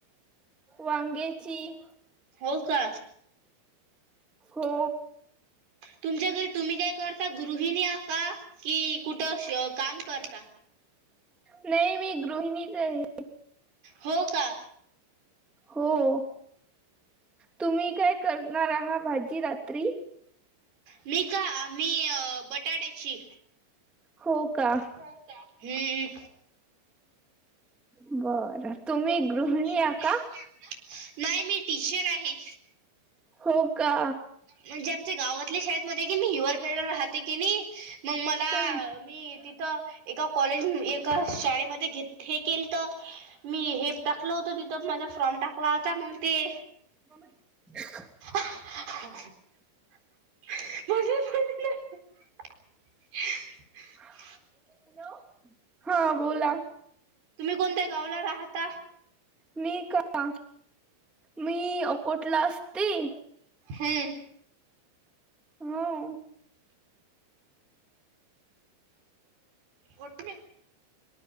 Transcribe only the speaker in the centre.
वांग्याची
हो.
नाही, मी गृहिणीच आहे.
हो. तुम्ही काय करणार आहा भाजी रात्री?
हो का
बरं. तुम्ही- गृहिणी
आहा का
हो का?
हं,
म,
हॅलो. हा बोला.
मी का? मी अकोटला असती.
हो.